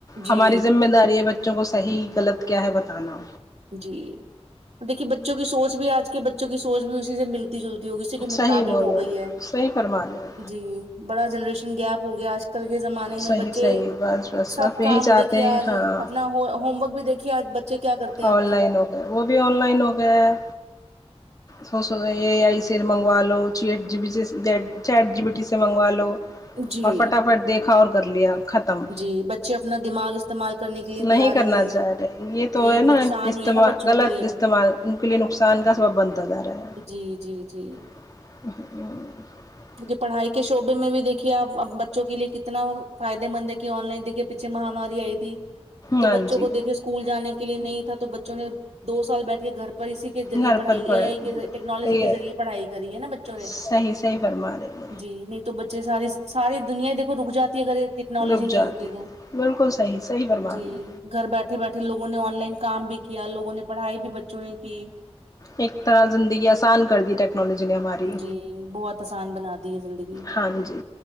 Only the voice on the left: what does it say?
ہماری
ذمہ داری ہے بچوں کو صحیح غلط کیا ہے بتانا
صحیح بول
رہے
صحیح فرما رہے ہو
صحیح
صحیح بس بس
آپ
یہی چاہتے
ہیں
ہاں
ان
لائن ہو گیا وہ بھی ان لائن ہو گیا ہے سو سو رہے اے آئی سے منگوا لو چیٹ جی پی سے چیٹ جی پی ٹی سے منگوا لو
اور فٹافٹ دیکھا اور کر لیا ختم۔
نہیں
کرنا
چاہ رہے یہ تو ہے نا
استعمال
غلط
استعمال ان کے لیے نقصان کا سبب بنتا جا رہا ہے
<inaudible>
ہاں
جی
گھر
پر پڑ
یہ
صحیح صحیح فرما رہے
رک
جاتی
ہے
بالکل صحیح صحیح فرما
رہی ہے
ایک طرح زندگی آسان کر دی ٹیکنالوجی نے ہماری
ہاں جی